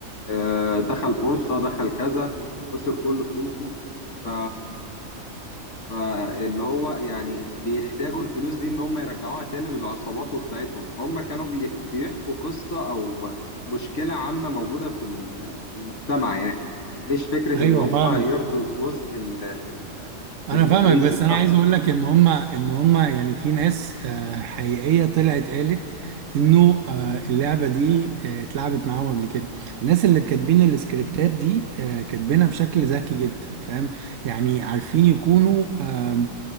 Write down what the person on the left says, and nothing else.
آه، دخل بورصة دخل كذا وخسر كل فلوسه ف فاللي هو يعني بيحتاجوا الفلوس دي ان هم يرجعوها تاني للعصابات وبتاعتهم فهم كانوا بيح- بيحكوا قصة او مشكلة عامة موجودة في ال- في المجتمع يعني مش فكرة
ان هم
يرضوا الجزء ال- ال-
الغريزي
بتاعهم